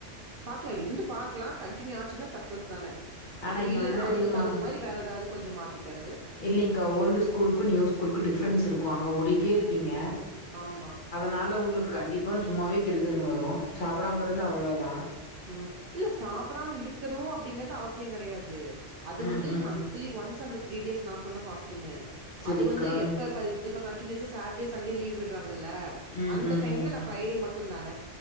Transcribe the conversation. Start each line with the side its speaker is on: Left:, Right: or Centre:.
Right: பாக்கலா இருந்து பாக்கலா கண்டினியூ ஆச்சுன்னா சக்சஸ் தானே
Left: ஆனா
Right: அப்டி
Left: இன்னொன்னு
Right: இல்லன்னா
Left: என்ன
Right: அதுக்கு
Left: தெரியுமா?
Right: தகுந்த மாதிரி வேற ஏதாவ்து கொஞ்சோ மாத்திக்கிறது
Left: இல்லேங்கா ஓல்டு ஸ்கூல்க்கு நியூ ஸ்கூல்க்கு டிஃப்ரென்ஸ் இருக்கு அங்கே ஓடிட்டே இருப்பீங்க
Right: ஆம்மா
Left: னால உங்களுக்கு கண்டிப்பா சும்மாவே கிறுகிறுன்னு வரு சாப்டாமருந்தா அவ்ளோ தா
Right: உம் இல்ல சாப்டாம இருக்கணு அப்டிங்கறது அவசியோ கெடையாது அது
Left: ம்,
Right: வந்து
Left: ம்.
Right: மந்த் த்லீ ஒன்ஸ் அந்த த்ரீ டேஸ் நா சொன்ன ஃபாஸ்டிங்
Left: சரிங்க்கா.
Right: அது வந்து எப்ப பாரு இப்ப கண்டினியூஸா சாட்டடே சன்டே லீவ் விடுறாங்கல்ல
Left: ம்,
Right: அந்த
Left: ம்,
Right: டைம்ல
Left: ம்.
Right: நா ஃப்ரைடே மட்டு தான